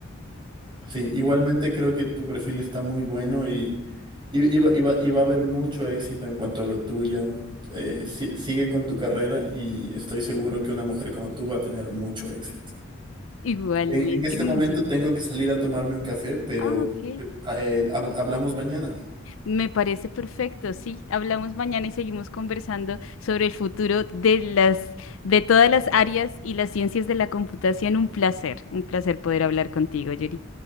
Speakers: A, on the right (about 25°); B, on the left (about 75°).
A: Sí, igualmente creo que tu perfil está muy bueno y, y, y va, y va- y va a haber mucho éxito en cuanto a lo tuyo. Eh, si- sigue con tu carrera y estoy seguro que una mujer como tú va a tener mucho éxito.
B: Igualmente,
A: En, en este
B: muchas
A: momento
B: gracias.
A: tengo que salir a tomarme un café, pero
B: Ah, ok.
A: eh, hab- hablamos mañana.
B: Me parece perfecto. Sí, hablamos mañana y seguimos conversando sobre el futuro de las, de todas las áreas y las ciencias de la computación. Un placer, un placer poder hablar contigo, Yuri.